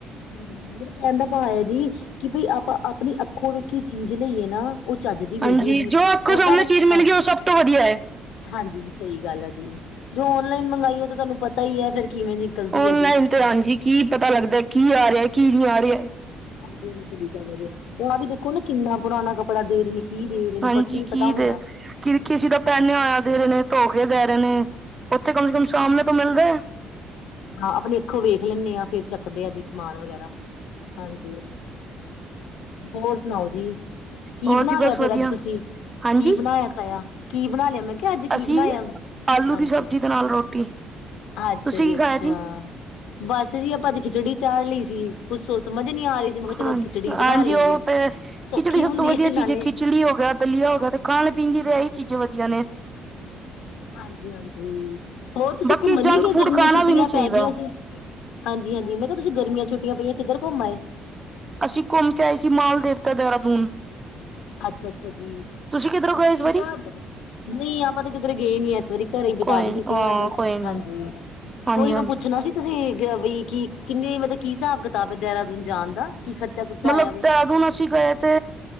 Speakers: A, on the left; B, on the right.
A: ਹਾਂਜੀ-ਹਾਂਜੀ ਮਤਲਬ ਕੀ ਕੈਣ ਦਾ ਭਾਅ ਹੈ ਜੀ, ਕਿ ਬਈ ਆਪਾਂ ਆਪਣੀ ਅੱਖੋ ਵੇਖੀ ਚੀਜ਼ ਲਈਏ ਨਾ ਉਹ ਚੱਜ ਦੀ
B: ਹਾਂਜੀ,
A: ਮਿਲਜੂਗੀ
B: ਜੋ ਆਪ ਕੋ
A: ਉਹ
B: ਸਾਹਮਣੇ
A: ਪਰ
B: ਚੀਜ਼
A: ਹਾਂਜੀ
B: ਮਿਲ ਗਿਆ ਸਭ ਤੋਂ ਵਧੀਆ ਏ।
A: ਹਾਂਜੀ ਸਹੀ ਗੱਲ ਐ ਜੀ, ਜੋ ਔਨਲਾਈਨ ਮੰਗਾਈਏ ਤੇ ਤੁਹਾਨੂੰ ਪਤਾ ਹੀ ਹੈ ਫੇਰ ਕਿਵੇਂ ਨਿਕਲਦੀ
B: ਔਨਲਾਈਨ
A: ਹੈ ਜੀ।
B: ਤੇ, ਹਾਂਜੀ ਜੀ ਕੀ ਪਤਾ ਲੱਗਦਾ ਕੀ ਆ ਰਿਹਾ- ਕੀ ਨਹੀਂ ਆ ਰਿਹਾ ਹੈ।
A: ਹਾਂਜੀ- ਹਾਂਜੀ ਸਹੀ ਗੱਲ ਹੈ, ਹੁਨਾਂ ਵੀ ਦੇਖੋ ਨਾ ਕਿੰਨਾ ਪੁਰਾਣਾ ਕੱਪੜਾ ਦੇਰੇ ਨੇ। ਕੀ ਦੇ ਰਹੇ ਨੇ,
B: ਹਾਂਜੀ
A: ਕੁੱਛ ਨੀ
B: ਕੀ
A: ਪਤਾ ਹੁੰਦਾ।
B: ਦੇ ਕਿ ਕਿਸੀ ਦਾ ਪਹਿਨੇ ਆ ਰਹੇ ਨੇ ਧੋ ਕੇ ਦੇ ਰਹੇ ਨੇ। ਤੇ ਕਮ ਸੇ ਕਮ ਸਾਹਮਣੇ ਤੋਂ ਮਿਲ ਦਾ ਐ।
A: ਹਾਂ, ਆਪਣੇ ਅੱਖੋਂ ਵੇਖ ਲੈਂਦੇ ਹਾਂ ਫੇਰ ਚੱਕਦੇ ਆ ਜੀ ਸਮਾਨ ਵਗੈਰਾ। ਹਾਂਜੀ, ਹੋਰ ਸੁਣਾਓ ਜੀ? ਕੀ
B: ਹੋਰ
A: ਬਣਾ
B: ਜੀ
A: ਲਿਆ
B: ਬਸ
A: ਫੇਰ
B: ਵਧੀਆ
A: ਅੱਜ ਤੁਸੀਂ?
B: ਹਾਂਜੀ
A: ਕੀ ਬਣਾਇਆ ਖਾਇਆ? ਕੀ ਬਣਾ ਲਿਆ ਮੈਂ ਕਿਹਾ ਅੱਜ ਕੀ
B: ਅਸੀਂ
A: ਬਣਾਇਆ?
B: ਆਲੂ
A: ਹਾਂਜੀ
B: ਦੀ ਸਬਜ਼ੀ ਦੇ ਨਾਲ ਰੋਟੀ।
A: ਅੱਛਾ
B: ਤੁਸੀਂ
A: ਜੀ
B: ਕੀ ਖਾਇਆ
A: ਅੱਛਾ ਬਸ ਜੀ ਆਪਾਂ ਅੱਜ ਖਿਚੜੀ ਚਾੜ ਲਈ ਸੀ। ਕੁਛ ਸੋਚ ਸਮਝ ਨੀ ਆ ਰਹੀ ਸੀ ਮੈਂ ਕਿਹਾ
B: ਹਾਂ
A: ਚਲੋ ਅੱਜ ਖਿਚੜੀ ਬਣਾ
B: ਹਾਂਜੀ,
A: ਲਈਏ
B: ਉਹ ਤੇ ਖਿਚੜੀ
A: ਸੌਖੀ
B: ਸਭ
A: ਹੁੰਦੀ
B: ਤੋਂ ਵਧੀਆ
A: ਨਾਲੇ
B: ਚੀਜ਼ ਹੈ, ਖਿਚੜੀ ਹੋ ਗਿਆ ਵੱਲੀਆ ਹੋ ਗਿਆ, ਤੇ ਖਾਣ ਪੀਣ ਦੀ ਫੇ ਇਹੀ ਚੀਜ਼ਾਂ ਵਧੀਆ ਨੇ।
A: ਹਾਂਜੀ -ਹਾਂਜੀ ਹੋਰ ਤੁਸੀਂ
B: ਬਾਕੀ
A: ਘੁੰਮਣ
B: ਜੰਕ
A: ਨਹੀਂ ਗਏ?
B: ਫੂਡ
A: ਗਰਮੀਆਂ
B: ਖਾਣਾ
A: ਛੁੱਟੀਆਂ
B: ਵੀ ਨਹੀਂ ਚਾਹੀਦਾ
A: ਪੈ ਗਈਆਂ ਸੀ। ਹਾਂਜੀ -ਹਾਂਜੀ ਮੈਂ ਕਿਹਾ ਤੁਸੀਂ ਗਰਮੀਆ ਛੁੱਟੀਆਂ ਪਈਆਂ ਕਿਧਰ ਘੁੰਮ ਆਏ?
B: ਅਸੀਂ ਘੁੰਮ ਕੇ ਆਏ ਸੀ ਮਾਲ ਦੇਵਤਾ ਦੇਹਰਾਦੂਨ।
A: ਅੱਛਾ -ਅੱਛਾ ਜੀ
B: ਤੁਸੀਂ ਕਿੱਧਰੋਂ
A: ਉਹ
B: ਗਏ
A: ਤੇ ਕੀ
B: ਇਸ ਵਾਰੀ
A: ਹਿਸਾਬ ਨਹੀਂ ਆਪਾਂ ਤੇ ਕਿਧਰ ਗਏ ਨੀ ਅ ਪੂਰੀ ਘਰੇ
B: ਕੋਈ
A: ਬਿਤਾਲੀ ਛੁੱਟੀਆਂ
B: ਹਾਂ
A: ਅੱਸੀ
B: ਕੋਈ ਨੀ
A: ਹਾਂਜੀ,
B: ਹਾਂਜੀ
A: ਉਹੀ
B: ਹਾਂਜੀ
A: ਮੈਂ ਪੁੱਛਣਾ ਸੀ। ਤੁਸੀਂ ਵੀ ਕੀ ਕਿੰਨੇ ਮਤਲਬ ਕੀ ਹਿਸਾਬ ਕਿਤਾਬ ਹੈ ਦੇਹਰਾਦੂਨ ਜਾਣ ਦਾ? ਕੀ ਖਰਚਾ ਖੁਰਚਾ
B: ਮਤਲਬ
A: ਆਇਆ ਵੇ
B: ਤਿਆਗੁਨ ਅਸੀਂ ਗਏ ਤੇ